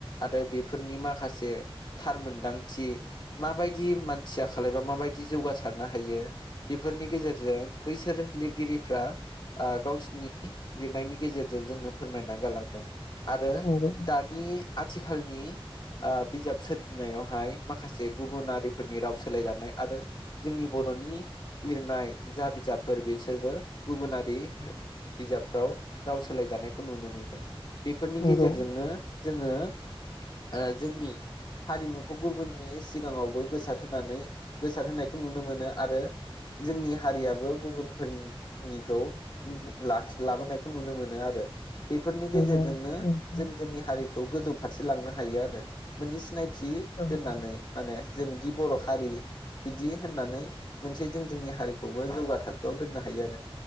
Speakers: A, on the left; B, on the left.
A: आरो बेफोरनि माखासे थार मोनदांथि माबायदि मानसिया खालायबा माबायदि जौगासारनो हायो बेफोरनि गेजेरजों बैसोर लिरगिरिफ्रा गावसिनि लिरनायनि गेजेरजों जोंनो फोरमायना गालांदों। आरो
B: नंगौ
A: दानि आ आथिखालनि ओ बिजाब सोरजिनायावहाय माखासे गुबुनारिफोरनि राव सोलायजानाय आरो जोंनि बर'नि लिरनाय जा बिजाबफोर बिसोरबो गुबुनारि बिजाबफ्राव राव सोलायजानायखौ नुनो मोनदों। बेफोरनि
B: नंगौ
A: गेजेरजोंनो जोङो। ओ जोंनि हारिमुखौ गुबुननि सिगाङावबो गोसारहानै गोसार होनोनायखौ नुनो मोनो आरो जोंनि हारियाबो गुबुनफोरनिखौ लाखि लाबोनायखौ नुनो मोनो आरो। बेफोरनि
B: नंगौ
A: गेजेर नो
B: नोंथां
A: जों जोंनि हारि बेखौ गोजौ फारसे लांनो हायो आरो मोनसे सिनाय जि
B: औ
A: दोननानै
B: औ
A: माने जों दि बर' हारि बिदि होननानै मोनसे जों जोंनि हारिखौबो जौगा थाखोआव दोननो हायो आरो।